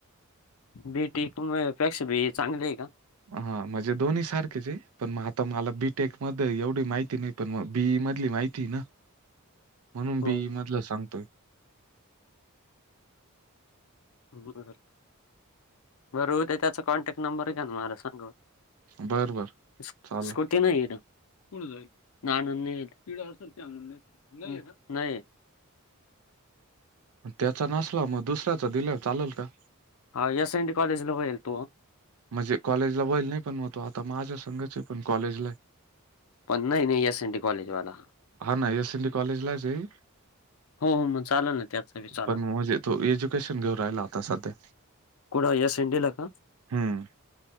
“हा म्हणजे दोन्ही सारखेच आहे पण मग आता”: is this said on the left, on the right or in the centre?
Right